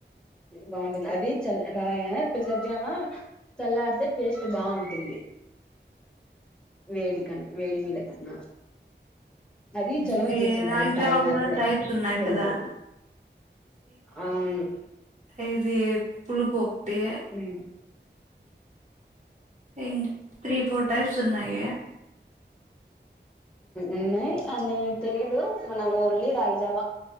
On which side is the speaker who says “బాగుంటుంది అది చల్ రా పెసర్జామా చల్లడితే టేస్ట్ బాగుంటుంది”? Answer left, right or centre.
Centre